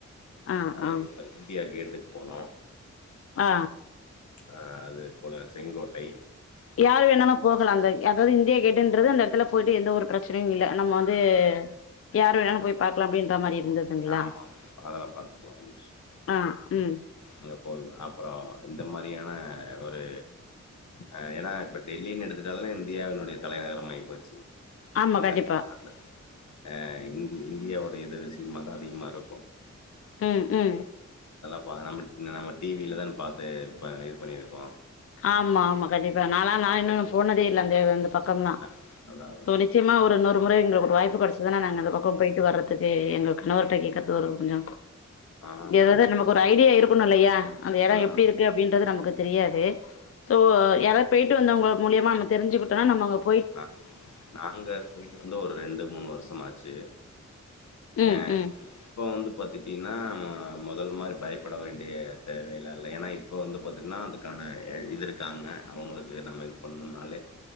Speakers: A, on the left; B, on the left.
A: ஆ
B: அதே
A: ஆ
B: போல இந்தியா கேட்டுக் போனோம்
A: ஆ
B: ஆஹ் அதே போல செங்கோட்டை
A: யார் வேணாலும் போகலாம் அந்த அதாவது இந்தியா கேட்டுன்றது அந்த இடத்துல போயிட்டு எந்த ஒரு பிரச் சனையும் இல்ல நம்ம வந்து யார் வேணாலும் போய் பாக்கலாம் அப்படின்ற மாரி இருந்ததுங்களா
B: ஆமா ஆமா அதெல்லா பாத்துக்கலா ஒன்னு
A: ஆ ம்
B: <unintelligible> <unintelligible> அப்பறோ இந்த மாரியான ஒரு ஆ ஏன்னா இப்ப டெல்லின்னு எடுத்துட்டாலே இந்தியாவினுடைய தலைநகரம் ஆய் போச்சு
A: ஆமா
B: அங்க
A: கண்டிப்பா
B: <unintelligible> அ இந்தி இந்தியாவோட இதஸ் இனமதா அதிகமா இருக்கு
A: ம் ம்
B: <unintelligible> நம்ம டிவில தான பாத்து இப்ப இது பண்ணிருப்போ
A: ஆமா ஆமா கண்டிப்பா நாலா நா இன்னு போனதே லந்தே வந்து பக்கம்னா
B: அ அதா அதா
A: ஸோ நிச்சயமா ஒரு இன்னொரு முறை எங்களுக்கு ஒரு வாய்ப்பு கெடச்சிதுன்னா நாங்க அந்த பக்கம் போயிட்டு வரத்துக்கு எங்கள்க்கு இன்னோர்ட்ட கேக்கறது ஒரு கொஞ்சோ
B: ஆ
A: எதாவது
B: கண்டிப்
A: நமக்கு ஒரு ஐடியா இருக்கணுயில்லையா அந்த எட
B: ம்
A: எப்டிருக்கு அப்டின்றது நமக்கு தெரியாது சோ யாராத் பொய்ட்டு வந்தவங்க மூலியமா <unintelligible> தெரிஞ்சுக்கிட்டோ நம்ம அங்கப்
B: ஆ நாங்க போய்ட்டு வந்து ஒரு ரெண்டு மூணு வருசமாச்சி
A: ம்
B: அ
A: ம்
B: இப்போ வந்து பாத்தி தீன்னா ம மொதல் மாரி பயப்பட வேண்டிய தேவைலா இல்ல ஏன்னா இப்ப வந்து பாத்தின்னா அதுக்கான எ இதுருக்காங்க அவங்களுக்கு நம்ம எதும் பண்ணும்னாலே